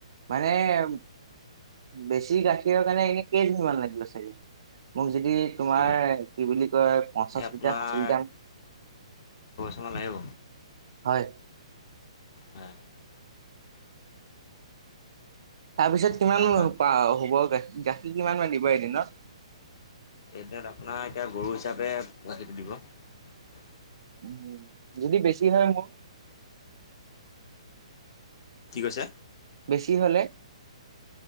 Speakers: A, on the right; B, on the left.
A: মানে এ বেছি গাখীৰৰ কাৰণে এনে কেইদিনমান লাগিব চাগে? মোক যদি
B: বেছিকে
A: তোমাৰ কি বুলি কয় পঞ্চাশ
B: এই আপোনাৰ
A: লিটাৰ ষাঠি লিটাৰ
B: অ' লাগিব
A: হয়।
B: হয়।
A: তাৰপিছত
B: এতিয়া
A: কিমান
B: বাকী
A: হ'ব গাখীৰ কিমান মান দিব এদিনত?
B: এদিনত আপোনাৰ এতিয়া গৰু হিচাপে গাখীৰটো দিব।
A: উ, যদি বেছি হয় মোৰ
B: কি কৈছে?
A: বেছি হ'লে?